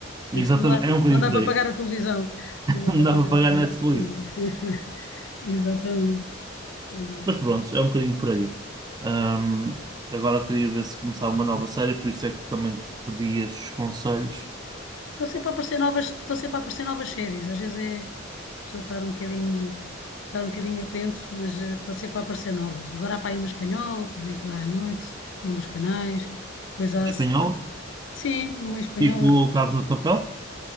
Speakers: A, on the right (about 20°); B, on the left (about 65°).
A: Exatamente,
B: Não dá,
A: é um bocadinho
B: não dá
A: por
B: para
A: aí,
B: pagar a televisão.
A: <laughs>
B: Não dá
A: não
B: para
A: dá
B: pagar
A: para pagar
B: a televisão.
A: Netflix,
B: <laughs> Exatamente. Exatamente.
A: mas pronto, é um bocadinho por aí. Ahm, agora queria ver se começava uma nova série, por isso é que também te pedi estes conselhos.
B: Estão sempre a aparecer novas, estão sempre a aparecer novas séries. Às vezes é a pessoa estar um bocadinho, estar um bocadinho atento, mas eh, estão sempre a aparecer novas. Agora há para aí uma espanhola também que dá à noite, num dos canais. Depois há,
A: Espanhol?
B: pronto, sim, uma espanhola
A: Tipo
B: que,
A: Casa de Papel?